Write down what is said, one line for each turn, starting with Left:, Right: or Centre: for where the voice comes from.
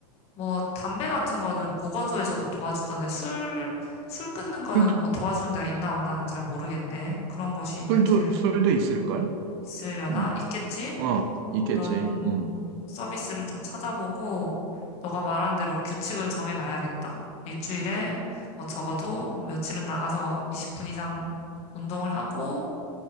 Left: 뭐, 담배 같은 거는 보건소에서도 도와주던데, 술, 술 끊는 거는
Right: 술도,
Left: 뭐 도와주는 데가 있나 없나는 잘 모르겠네. 그런 곳이 있는지를
Right: 술도, 술도 있을걸?
Left: 있으려나?
Right: 음,
Left: 있겠지?
Right: 어, 있겠지.
Left: 그런
Right: 음.
Left: 서비스를 좀 찾아보고, 너가 말한 대로 규칙을 정해놔야겠다. 일주일에 뭐 적어도 뭐 며칠은 나가서 20분 이상 운동을 하고,